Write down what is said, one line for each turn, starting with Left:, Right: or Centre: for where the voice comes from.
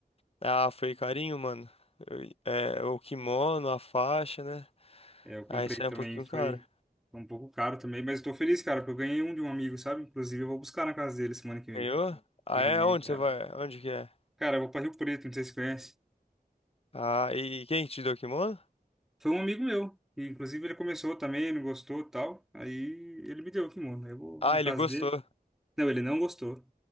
Left: Ah, foi carinho, mano. Eu- é, o kimono, a faixa, né?
Centre: É, eu comprei
Left: Aí sai
Centre: também,
Left: um pouquinho
Centre: foi
Left: caro.
Centre: foi um pouco caro também, mas eu tô feliz, cara, porque eu ganhei um de um amigo, sabe? Inclusive, eu vou buscar na casa dele semana que vem.
Left: Ganhou? Ah,
Centre: Ganhei,
Left: é? Onde
Centre: cara.
Left: você vai? Onde que é?
Centre: Cara, eu vou pra Rio Preto, não sei se você conhece.
Left: Ah, e quem te deu o kimono?
Centre: Foi um amigo meu, e, inclusive ele começou também, não gostou e tal. Aí ele me deu aqui, mano. Eu vou
Left: Ah,
Centre: na
Left: ele
Centre: casa
Left: gostou.
Centre: dele. Não, ele não gostou.